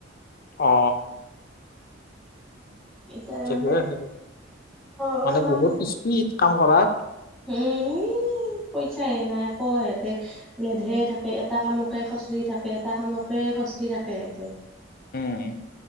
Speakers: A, on the left; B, in the centre.
A: অ।
B: এতিয়া
A: থিকে
B: মানে
A: হেৰি
B: অলপমান
A: মানে বহুত স্পীড কাম কৰা
B: উম। পইচা নাই আকৌ সিহঁতে লেধে থাকে এটা কামকে খুচৰি থাকে এটা কামকে খচৰি থাকে ইয়াতে
A: উম